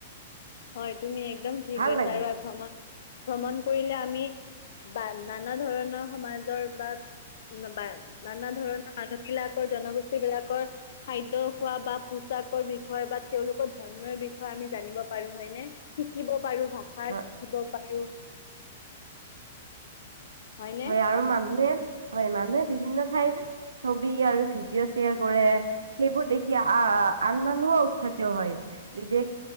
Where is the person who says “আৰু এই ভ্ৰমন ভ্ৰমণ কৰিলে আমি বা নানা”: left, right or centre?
Left